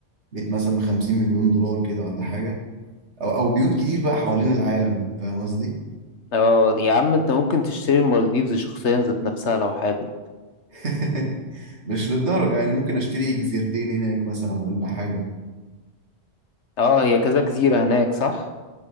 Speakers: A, on the right; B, on the left.
A: بيت مثلا ب 50 مليون دولار كده ولا حاجه او او بيوت كتير بقى حوالين العالم فاهم قصدي
B: اه يا عم انت ممكن تشتري المالديفز شخصيا ذات نفسها لو حابب
A: <laughs> مش للدرجه يعني ممكن اشتري جزيرتين هناك مثلا ولا حاجه
B: اه هي كذا جزيرة هناك صح